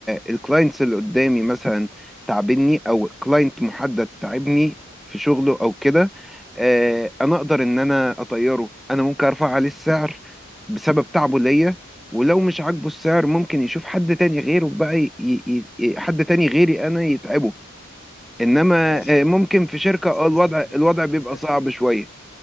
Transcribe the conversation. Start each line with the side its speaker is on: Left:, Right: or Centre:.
Centre: الكلاينتس اللي قدامي مثلا تعبني أو كلاينت محدد تعبني في شغله أو كده آه، أنا أقدر إن أنا أطيره أنا ممكن أرفع عليه السعر بسبب تعبه ليا ولو مش عاجبه السعر ممكن يشوف حد تاني غيره بقى ي... ي... ي- حد تاني غيري أنا يتعبه انما
Left: ماشي
Centre: آه، ممكن في
Left: بس
Centre: شركة
Left: بس
Centre: اه الوضع
Left: بس الحاجات
Centre: الوضع
Left: دي
Centre: بيبقى
Left: سياسات
Centre: صعب
Left: شركه
Centre: شوية